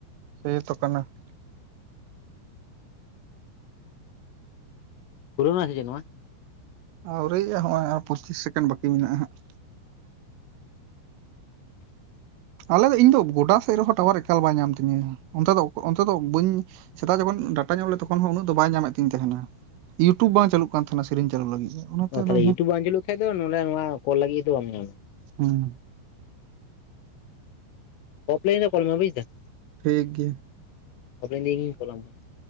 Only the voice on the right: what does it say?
ᱥᱮ ᱛᱚ ᱠᱟᱱᱟ ᱾
ᱟᱹᱣᱨᱤᱭᱜᱼᱟ ᱱᱚᱜᱼᱚᱭ ᱟᱨ ᱯᱚᱸᱪᱤᱥ ᱥᱮᱠᱮᱱᱰ ᱵᱟᱠᱤ ᱢᱮᱱᱟᱜᱼᱟ ᱦᱟᱜ ᱾ ᱟᱞᱮ ᱫᱚ ᱤᱧ ᱫᱚ ᱜᱚᱰᱟ ᱥᱮᱫ ᱨᱮᱦᱚᱸ ᱴᱟᱣᱟᱨ ᱮᱠᱟᱞ ᱵᱟᱭ ᱧᱟᱢ ᱛᱤᱧᱟᱹ ᱚᱱᱛᱮ ᱫᱚ ᱚᱱᱛᱮ ᱫᱚ ᱵᱟᱹᱧ ᱥᱮᱫᱟᱜ ᱡᱚᱠᱷᱚᱱ ᱰᱟᱴᱟᱧ ᱚᱱ ᱞᱮᱫ ᱛᱚᱠᱷᱚᱱ ᱦᱚᱸ ᱩᱱᱟᱹᱜ ᱫᱚ ᱵᱟᱭ ᱧᱟᱢᱮᱫ ᱛᱤᱧ ᱛᱟᱦᱮᱱᱟ ᱾ ᱤᱭᱩᱴᱩᱵᱽ ᱵᱟᱝ ᱪᱟᱹᱟᱞᱩᱜ ᱠᱟᱱ ᱛᱟᱦᱮᱱᱟ ᱥᱮᱨᱮᱧ ᱪᱟᱹᱟᱞᱩᱜ ᱞᱟᱹᱜᱤᱫ ᱚᱱᱟᱛᱮ
ᱟᱫᱚ
ᱦᱩᱸ ᱾
ᱴᱷᱤᱠ ᱜᱮᱭᱟ ᱾